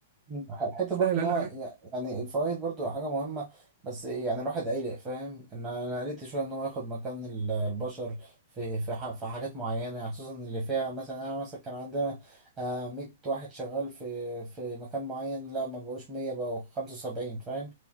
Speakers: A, on the right; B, on the right.
A: مم. حته
B: سهل
A: برضو ان
B: علينا
A: هو
B: حاجات
A: يع- يعني الفوائد برضو حاجه مهمه بس يعني الواحد قلق فاهم ان انا قلقت شويه ان هو ياخد مكان ال- البشر في في ح- في حاجات معينه خصوصا اللي فيها مثلا انا مثلا كان عندنا آه، 100 واحد شغال في في مكان معين لا ما بقوش 100 بقوا 75 فاهم